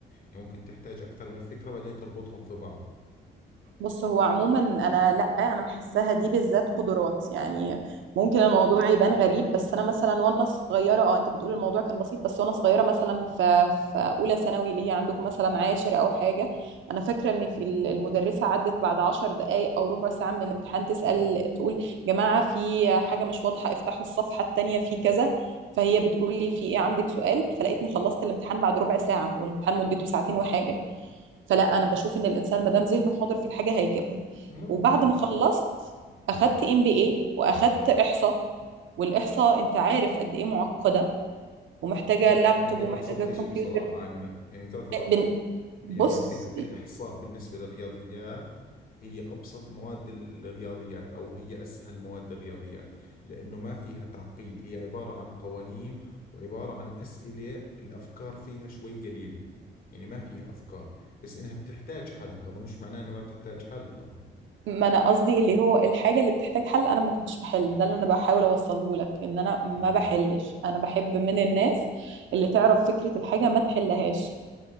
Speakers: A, on the left; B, on the right.
A: يعني ممكن تحتاج أكثر من فكرة بعدين تربطهم في بعض
B: بص هو عموما انا لا انا بحسها دي بالذات قدرات يعني ممكن الموضوع يبان غريب بس انا مثلا وانا صغيره اه انت بتقول الموضوع كان بسيط بس وانا صغيره مثلا في في اولى ثانوي اللي هي عندكم مثلا عاشر او حاجه انا فاكره ان في ال- المدرسه عدت بعد عشر دقائق او ربع ساعه من الامتحان تسال تقول جماعه في حاجه مش واضحه افتحوا الصفحه التانيه في كذا فهي بتقول لي في ايه عندك سؤال فلقيتني خلصت الامتحان بعد ربع ساعه والامتحان مدته ساعتين وحاجه فلا انا بشوف ان الانسان ما دام ذهنه حاضر في الحاجه هيجيبها
A: ممكن
B: وبعد ما خلصت اخدت ام بي اي واخدت احصاء والاحصاء انت عارف قد ايه معقده ومحتاجه
A: لا
B: لابتوب
A: هي
B: ومحتاجه
A: أبسط إشي
B: كمبيوتر
A: بصراحة عندنا يعني تعتبر
B: بن- بص
A: يعني فئة الإحصاء بالنسبة للرياضيات هي أبسط مواد الرياضيات أو هي أسهل مواد الرياضيات لأنه ما فيها تعقيد هي عبارة عن قوانين وعبارة عن أسئلة الأفكار فيها شوي قليلة يعني ما فيها أفكار بس إنها بتحتاج حل هذا مش معناه إنه ما بتحتاج حل طبعا
B: ما انا قصدي اللي هو الحاجه اللي بتحتاج حل انا ما كنتش بحل ده اللي انا بحاول اوصله لك ان انا ما
A: آه
B: بحلش انا بحب من الناس اللي تعرف فكره الحاجه ما تحلهاش